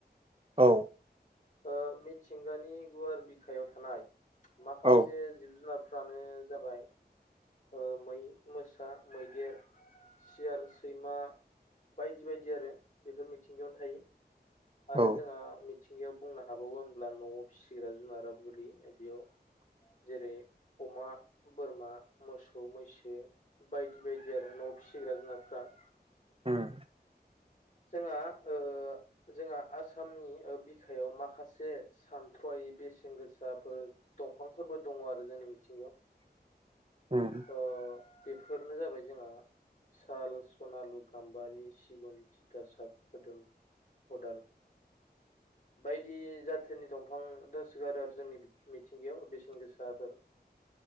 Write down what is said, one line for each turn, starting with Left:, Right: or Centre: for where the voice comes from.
Right: औ
Left: ओ मिथिंगानि गुवार बिखायाव थानाय माखासे
Right: औ
Left: जिब जुनार फ्रानो जाबाय ओ मै मोसा मैदेर। सियाल सैमा बायदि बायदि आरो बेफोर मिथिंगायावनो थायो। आरो
Right: औ
Left: जोंहा मिथि थिंगायाव बुंनो हाबावो होनब्ला न'आव फिसिग्रा जुनाराबो गोगलैयो बेयाव जेरै अमा बोरमा मोसौ मैसो बायदि बायदि आरो न' फिसिग्रा जुनारफ्रा
Right: उम।
Left: जोंहा ओ जोंहा आसामनि ओ बिखायाव माखासे सानथ्रयै बेस सेनगोसाफोर दंफांफोरबो दङ आरो जोंनि मिथिंगायाव।
Right: उम।
Left: ओ बेफोरनो जाबाय जोंहा साल सनालु गाम्बारि सिगुन थ तिथासाब खोदोम खदाल बायदि जाथोननि दंफां दोंसोगारो आरो जोंनि मिथिंगायाव बे सेनगोसा फोर